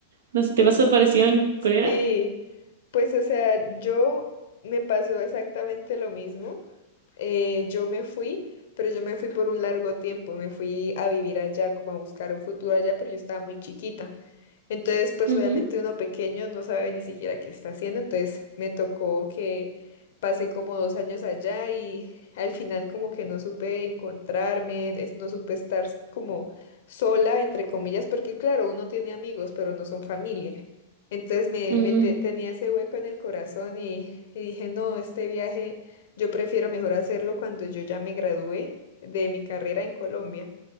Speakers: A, on the right; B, on the left.
A: No sé, ¿te pasó parecido en Corea?
B: sí. Pues, o sea, yo me pasó exactamente lo mismo. Eh, yo me fui, pero yo me fui por un largo tiempo. Me fui a vivir allá, como a buscar un futuro allá, pero yo estaba muy chiquita. Entonces, pues
A: Ujú,
B: obviamente uno pequeño no sabe ni siquiera qué está haciendo, entonces me tocó que pasé como dos años allá y al final como que no supe encontrarme, es- no supe estar como sola, entre comillas, porque claro, uno tiene amigos, pero no son familia. Entonces me,
A: ujú,
B: me te- tenía ese hueco en el corazón y, y dije, no, este viaje yo prefiero mejor hacerlo cuando yo ya me gradué de mi carrera en Colombia.